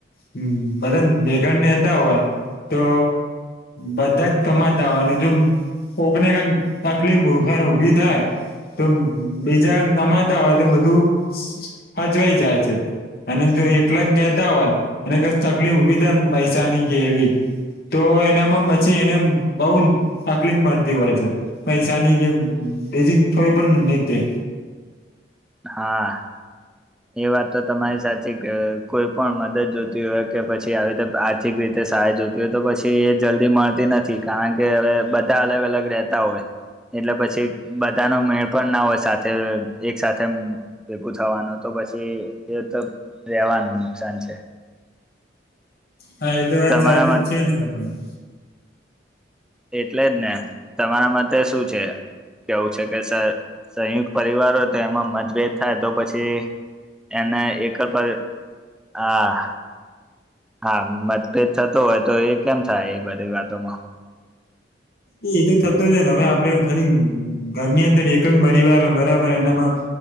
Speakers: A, on the left (about 55°); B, in the centre.
A: હમ બધા મેઘા નેતા હોય તો બધા જ કમાતા હો અને જો કોકને કઈ તકલીફ ઉભા ઉભી થાય તો બીજા નમાજતા હોય તો બધું હચવાઈ જાય છે અને જો એકલા જ બેતા હોય એને ક તકલીફ ઊભી થાય પૈસાની કે એવી તો એનામાં પછી એને બઉ તકલીફ પડતી હોય છે પૈસાની કે બેજિંગ હોય પણ ની દે.
B: હા એ વાત તો તમારી સાચી કે કોઈ પણ મદદ જોતી હોય કે પછી આવી રીતે આર્થિક રીતે સહે જોતી હોય તો પછી એ જલ્દી મળતી નથી કારણ કે હવે બધા અલગ અલગ રેતા હોય એટલે પછી બધા ન મેળ પણ ના હોય સાથે એક સાથે ભેગું થવાનું તો પછી એ તો રહેેવાનું નુકસાન છે
A: હા એ તો વાત
B: તમારા
A: સાચી જ છે ને તમારી
B: એટલે જ ને તમારા મતે શું છે? કેવું છે કે સ સંયુક્ત પરિવારો તો એમાં મતભેદ થાય તો પછી એને એક પર અહ હા મતભેદ થતો હોય તો એ કેમ થાય એ બધી વાતોમાં
A: એ એતો થતું જ ને હવે આપડે ખાલી ઘરની અંદર એકમ પરિવાર હો બરાબર એનામાં